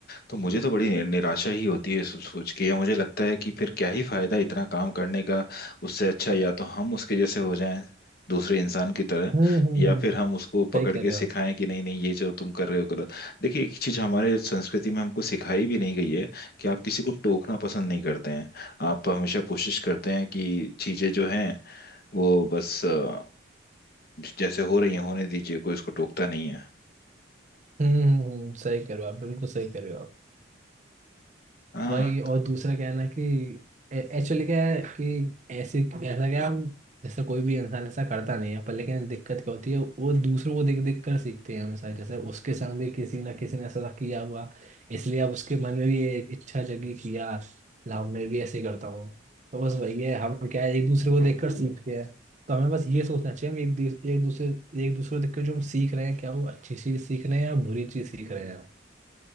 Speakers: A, on the left; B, on the right.
A: तो मुझे तो बड़ी निराशा ही होती है सब सोच के या मुझे लगता है कि फिर क्या ही फायदा इतना काम करने का उससे अच्छा या तो हम उसके जैसे हो जाएं दूसरे इंसान की तरह
B: हम्म हम्म
A: या
B: हम्म,
A: फिर हम उसको
B: सही
A: पकड़
B: कर
A: के
B: रहे हो
A: सिखाएं
B: आप।
A: कि नहीं नहीं ये जो तुम कर रहे हो गलत देखिए एक चीज हमारे संस्कृति में हमको सिखाई भी नहीं गई है कि आप किसी को टोकना पसंद नहीं करते हैं आप हमेशा कोशिश करते हैं कि चीजें जो हैं वो बस अ, जैसे हो रही हैं होने दीजिए कोई उसको टोकता नहीं
B: हम्म हम्म हम्म, सही कर रहे हो आप बिल्कुल सही कर रहे हो आप
A: है
B: वही और दूसरा क्या है ना कि एक्चुअली क्या है कि ऐसे ऐसा क्या हम जैसे कोई भी इंसान ऐसा करता नहीं है पर लेकिन दिक्कत क्या होती है वो दूसरों को देख देख कर सीखते हैं हमेशा जैसे उसके संग भी किसी ना किसी ने ऐसा किया हुआ इसलिए अब उसके मन में भी ये इच्छा जगी कि यार लाओ मैं भी ऐसे ही करता हूँ तो बस वही है हम क्या है एक दूसरे को देख कर सीखते हैं तो हमें बस ये सोचना चाहिए हम एक दी- एक दूसरे एक दूसरे को देख कर जो हम सीख रहे हैं क्या वो अच्छी चीज़ सीख रहे हैं या बुरी चीज़ सीख रहे हैं